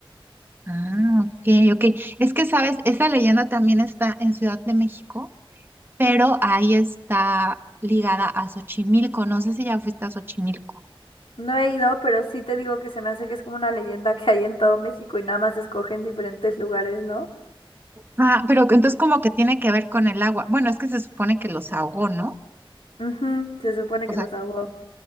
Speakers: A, on the right; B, on the left.
A: Ah, ok, ok. Es que, sabes, esa leyenda también está en Ciudad de México, pero ahí está ligada a Xochimilco. No sé si ya fuiste a Xochimilco.
B: No he ido, pero sí te digo que se me hace que es como una leyenda que hay en todo México y nada más escogen diferentes lugares, ¿no?
A: Ah, pero entonces como que tiene que ver con el agua. Bueno, es que se supone que los ahogó, ¿no?
B: Ujú, se supone
A: O
B: que
A: sea,
B: los ahogó.